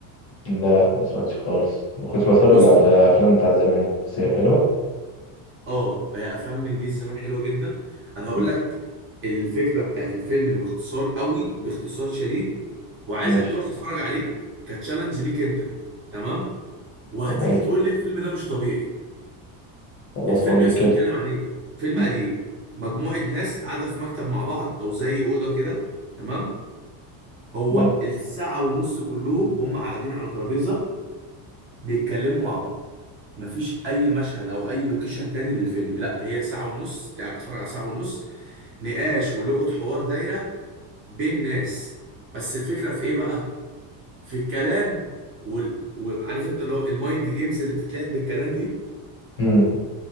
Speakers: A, on the left (about 30°); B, on the right (about 25°).
A: لا ما سمعتش خالص ما كنتش بتفرج
B: بص
A: على
B: انا
A: افلام بتاعت زمان بس هي حلوه
B: اه هي افلام انجليزي زمان حلوه جدا انا هقول
A: مم.
B: لك الفكره بتاعت الفيلم باختصار قوي باختصار شديد وعايزك
A: ماشي
B: تروح تتفرج عليه كتشالنج ليك انت تمام وهتيجي
A: تمام
B: تقول لي الفيلم ده مش طبيعي
A: خلاص
B: الفيلم
A: قول
B: يس
A: لي كده
B: بيتكلم عن ايه فيلم
A: مم.
B: قديم مجموعة ناس قاعدة في مكتب مع بعض او زي أوضة كده تمام هو
A: تمام
B: الساعة ونص كلهم هم قاعدين على ترابيزة بيتكلموا مع بعض مفيش اي مشهد او اي لوكيشن تاني للفيلم لا هي ساعة ونص انت قاعد بتتفرج على ساعة ونص نقاش ولغة حوار دايرة بين ناس بس الفكرة في ايه بقى في الكلام وال... وعارف انت اللي هو المايند جيمز اللي بتتلعب بالكلام دي
A: مم.